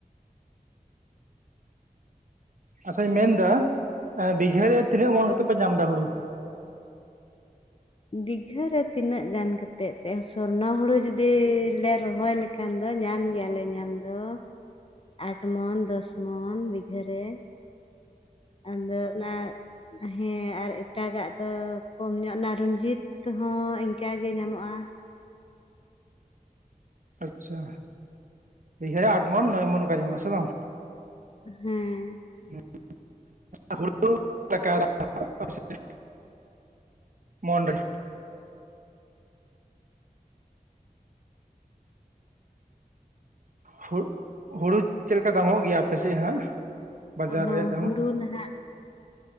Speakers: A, on the right (about 60°); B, on the left (about 40°).
A: ᱟᱪᱪᱷᱟᱧ ᱢᱮᱱ ᱫᱟ ᱟᱸ ᱵᱷᱤᱜᱟᱹ ᱨᱮ ᱛᱤᱱᱟᱹᱜ ᱢᱚᱱ ᱠᱟᱛᱮᱜ ᱯᱮ ᱧᱟᱢ ᱫᱟ ᱦᱩᱲᱩ?
B: ᱫᱤᱜᱷᱟᱹ ᱨᱮ ᱛᱤᱱᱟᱹᱜ ᱜᱟᱱ ᱠᱟᱛᱮᱫ ᱛᱮ ᱥᱚᱨᱱᱚ ᱦᱩᱲᱩ ᱡᱩᱫᱤ ᱞᱮ ᱨᱚᱦᱚᱭ ᱞᱮᱠᱼᱼ ᱠᱷᱟᱱ ᱫᱚ ᱧᱟᱢ ᱜᱮᱭᱟᱞᱮ ᱧᱟᱢ ᱫᱚ᱾ ᱟᱴ ᱢᱚᱱ ᱫᱚᱥ ᱢᱚᱱ ᱵᱤᱜᱷᱟᱹ ᱨᱮ, ᱟᱫᱚ ᱚᱱᱟᱼᱼ ᱦᱮᱸ ᱟᱨ ᱮᱴᱟᱜᱟᱜ ᱫᱚ ᱠᱚᱢ ᱧᱚᱜ ᱱᱟ ᱨᱩᱱᱡᱤᱛ, ᱦᱚᱸ ᱤᱱᱠᱟ ᱜᱮ ᱧᱟᱢᱚᱜ-ᱟ᱾
A: ᱟᱪᱪᱷᱟ ᱵᱤᱜᱷᱟᱹ ᱨᱮ ᱟᱴ ᱢᱚᱱ ᱱᱚᱭ ᱢᱚᱱ ᱚᱱᱠᱟ ᱧᱟᱢᱚᱜ-ᱟ ᱦᱮᱸᱥᱮ ᱵᱟᱝ?
B: ᱦᱮᱸᱻ
A: <unintelligible> <unintelligible> ᱦᱩᱲᱜ ᱦᱩᱲᱩ ᱪᱮᱫ ᱞᱮᱠᱟ ᱫᱟᱢᱚᱜ ᱜᱮᱭᱟ ᱟᱯᱮ ᱥᱮᱜ ᱦᱟᱸᱜ? ᱵᱟᱡᱟᱨ
B: ᱚᱦᱚᱸ
A: ᱨᱮᱭᱟᱜ ᱫᱟᱢ
B: ᱦᱩᱲᱩ ᱱᱷᱟᱸᱜᱼᱼ